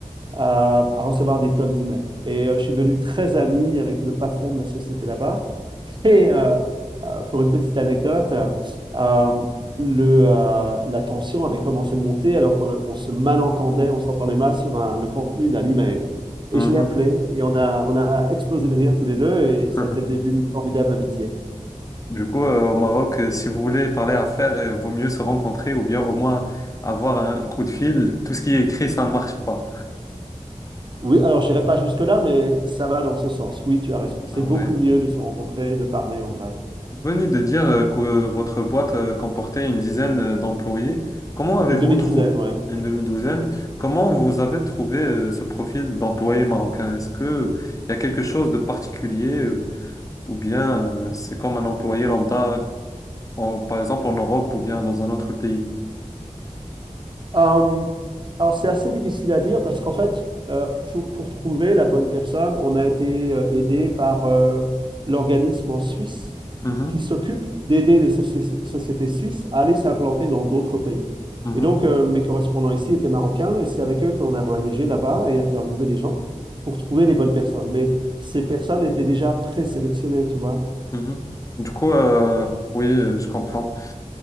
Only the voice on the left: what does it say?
Mhm.
Mhm.
<laughs>
Du coup, euh, au Maroc, euh, si vous voulez parler affaires, euh, vaut mieux se rencontrer ou bien au moins avoir un, un coup de fil. Tout ce qui est écrit, ça ne marche pas.
Ah
ouais.
Vous venez de dire euh, que votre boîte euh, comportait une dizaine euh, d'employés. Comment avez-vous
trouvé
une demi-douzaine? Comment vous avez trouvé euh, ce profil d'employé marocain? Est-ce que il y a quelque chose de particulier euh, ou bien euh, c'est comme un employé lambda, en- par exemple en Europe ou bien dans un autre pays?
Mhm,
mhm.
Mhm. Du coup, euh, oui, euh, je comprends.